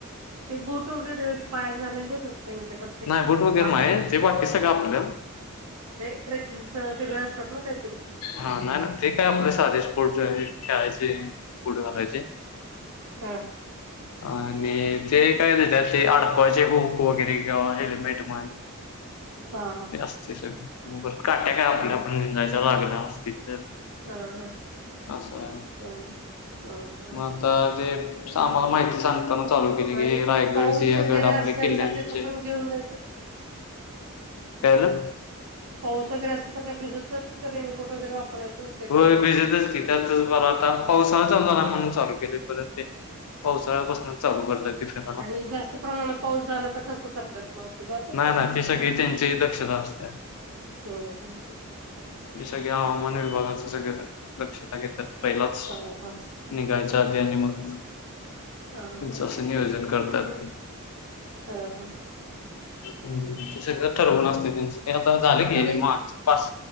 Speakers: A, on the right; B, on the left.
A: ते बूट वगैरे पायात घालायला देतात त्यांच्याकडचे
B: नाही बूट वगैरे
A: कापलाच
B: नाही आहे
A: असत
B: ते बाकी सगळ आपलं
A: नाही ट्रेकिंगच वेगळं असतात ना काहीतरी
B: हा नाय नाय ते काय आपल साधच खेळायचे बूट घालायचे
A: हा
B: आणि ते काय घेतात ते आडकवायचे हूक वगैरे हेल्मेट म्हण
A: हा
B: ते असतय सगळं काट्या काय आपल्या
A: हा हा
B: आपण घेऊन जायच्या लागणार असतील तर
A: हा
B: अस आहे
A: ह ह ह
B: मग आता ते सांग माहिती सांगताना चालू केली
A: आणि
B: की हे रायगड
A: पाऊस
B: सिंहगड
A: वगैरे
B: आपल्या
A: असेल
B: किल्ल्यांचे
A: तर त्याच पण घेऊन जायचं का
B: काय ल
A: पाऊस वगैरे असल तर का भिजत जातात का रेनकट वगैरे वापरायचं त्याच्यामध्ये
B: व्हय भिजतच की त्यातच बर आता पावसाळा चालू झाला म्हणून चालू केलय परत ते पावसाळ्यापासनच चालू करतात ते फिरायला
A: आणि जास्त प्रमाणात पाऊस झाला तर कसं करतात मग ते जातात
B: नाय
A: का
B: नाय
A: तसेच
B: ते सगळी त्यांची दक्षता असत्या
A: हम्म
B: त सगळे हवामान सगळ लक्षता घ पहिच
A: हम् ह
B: निघायच्या आधी आणि मग त्यांचं
A: ह ह
B: असं नियोजन करतात
A: हम हम
B: हम तस ठरगून असते त्यांच ते आता झालं गेले
A: तरी
B: माग पाच